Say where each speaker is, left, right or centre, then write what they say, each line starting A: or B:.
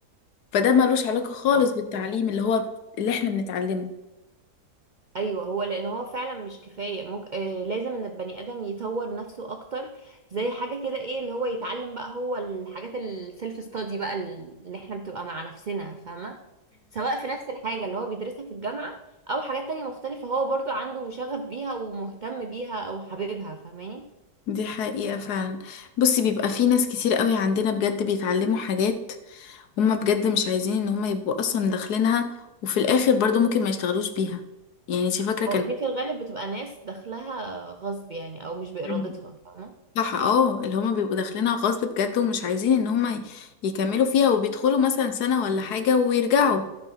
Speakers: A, on the left; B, on the right.
A: فده ملوش علاقة خالص
B: صح
A: بالتعليم
B: ماشي.
A: اللي هو اللي احنا بنتعلمه
B: أيوة هو لأن هو فعلا مش كفاية ممكن آه لازم إن البني آدم يطور نفسه أكتر زي حاجة كده إيه اللي هو يتعلم بقى هو الحاجات السيلف ستادي بقى اللي إحنا بتبقى مع نفسنا فاهمة سواء في نفس الحاجة اللي هو بيدرسها في الجامعة أو حاجات تانية مختلفة هو برضو عنده شغف بيها ومهتم بيها أو حاببها فاهماني
A: دي حقيقة فعلا بصي بيبقى في ناس كتير قوي عندنا بجد بيتعلموا حاجات هما بجد مش عايزين ان هما يبقوا اصلا داخلينها وفي الاخر برضو ممكن ما يشتغلوش بيها يعني انت فاكرة كان
B: هو دي في الغالب بتبقى ناس داخلها غصب يعني أو مش بإرادتها
A: مم.
B: فاهمة
A: صح اه اللي هما بيبقوا داخلينها غصب بجد ومش عايزين ان هما ي- يكملوا فيها وبيدخلوا مثلا سنة ولا حاجة ويرجعوا